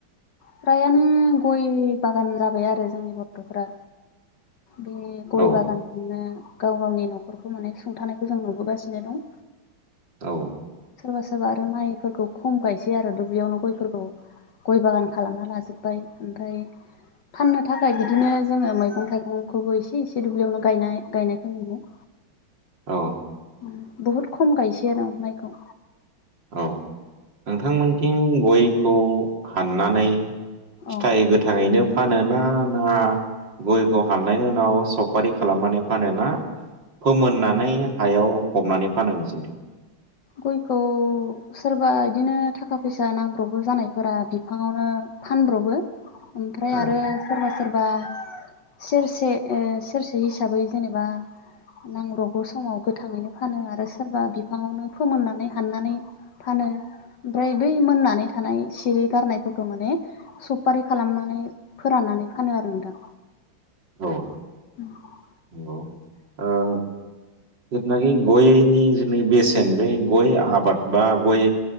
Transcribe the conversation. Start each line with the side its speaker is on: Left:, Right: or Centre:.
Left: फ्रायानो गय बागान जाबाय आरो जोंनि गथ'फ्रा बे गय
Right: ओ
Left: बागानजोंनो गाव गावनि न'खरखौ माने सुंथानायखौ जों नुबोगासिनो दं
Right: औ
Left: सोरबा सोरबा आरो माइफोरखौ खम गायसै आरो दुब्लियावनो गयफोरखौ गय बागान खालामना लाजोब्बाय ओमफ्राय फाननो थाखाय बिदिनो जोङो मैगं थाइगंखौबो एसे एसे दुब्लियावनो गायनाय गायनायखौ मोनो
Right: औ
Left: उम बुहुद खम गायसै आरो माइखौ
Right: औ नोंथांमोनथिं गयखौ हाननानै फिथाइ
Left: औ
Right: गोथाङैनो फानोना ना गयखौ हाननायनि उनाव सफारि खालामनानै फानोना फोमोननानै हायाव फबनानै फानो नोंसोनिथिं
Left: गयखौ सोरबा इदिनो थाखा फैसा नांब्रबगौ जानायफोरा बिफाङावनो फानब्रबो ओमफ्राय
Right: औ
Left: आरो सोरबा सोरबा सेरसे ओ सेरसे हिसाबै जेनेबा नांब्रबगौ समाव गोथाङैनो फानो आरो सोरबा बिफाङावनो फोमोननानै हाननानै फानो ओमफ्राय बै मोननानै थानाय सिरि गारनायफोरखौ माने सफारि खालामनानै फोरान फानो आरो नोंथां।
Right: औ।
Left: <inaudible>
Right: नोंगौ ओ नाखि गयनि बेसेन बे गय आबाद बा गय